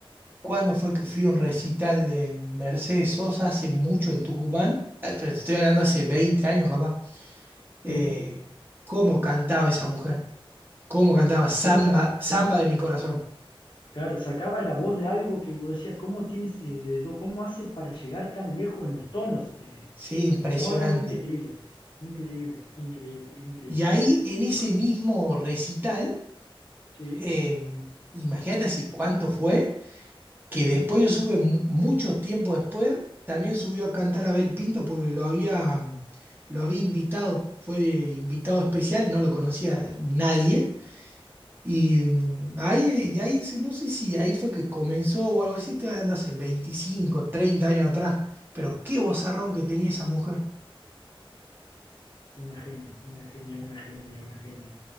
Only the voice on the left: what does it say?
Sí.
¿Cómo, sa-
cómo-
claro, sacaba la voz de algo que vos decías, ¿cómo tienes, eh, de do- cómo hace para llegar tan lejos en los tonos? Eh,
no, no, increíble, increíble, increíble, increíble.
Eh,
sí,
ujú,
Una genia, una genia, una genia, una genia.